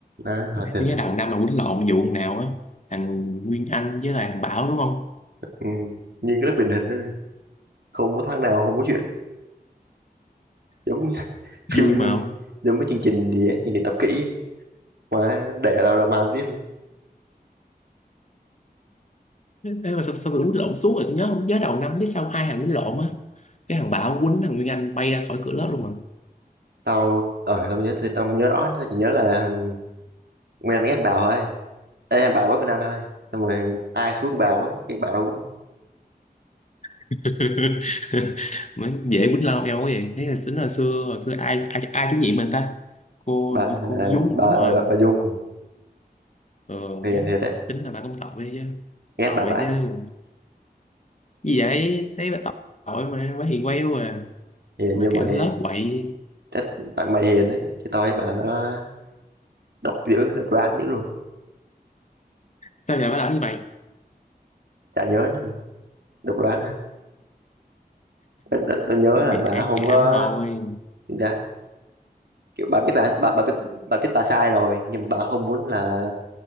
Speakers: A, on the right; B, on the left.
A: à, hòa
B: Tôi
A: thịnh
B: nhớ đầu năm mà quýnh lộn vụ thằng nào á thằng Nguyên Anh với lại thằng Bảo đúng không
A: ừ. như cái lớp truyền hình đó không có tháng nào không có chuyện giống như <laughs>
B: vui
A: phim
B: mà không
A: giống mấy chương trình gì á chương trình tập kỹ á. mà để ra ra mà biết luôn
B: Ê mà sao, sao tôi quýnh lộn suốt rồi tôi nhớ không nhớ đầu năm biết sao hai thằng quýnh lộn á cái thằng Bảo quýnh thằng Nguyên Anh bay ra khỏi cửa lớp luôn à
A: tao ở tao nhớ tao không nhớ rõ tao chỉ nhớ là thằng Nguyên ghét anh Bảo thôi Ê, em bà quá con anh thôi Xong rồi ai xuống bà quá cái bà đâu quýnh
B: <laughs> mới dễ quýnh lộn eo quá vậy thế là tính hồi xưa hồi xưa ai ai, ai chủ nhiệm mình ta cô
A: bà
B: hình như cô Dung
A: bà
B: đúng rồi
A: bà, bà, bà Dung
B: ờ
A: hiền
B: mấy
A: thiệt á
B: tính là bà cũng tội chứ
A: ghét
B: tội
A: bà vãi
B: chứ gì vậy thấy bà tội mà bà hiền queo à
A: hiền
B: mà
A: như mày
B: kiểu lớp quậy
A: chắc tại mày hiền đấy, chứ tôi bà đó độc dữ độc đoán dữ luôn
B: sao giờ bà làm như vậy
A: chả nhớ nữa mà độc đoán thôi tôi, tôi, tôi nhớ là
B: Cái
A: bà
B: ác
A: không
B: cảm
A: có
B: thôi
A: gì ta kiểu bà biết bà bà bà biết, bà biết bà sai rồi nhưng mà bà không muốn là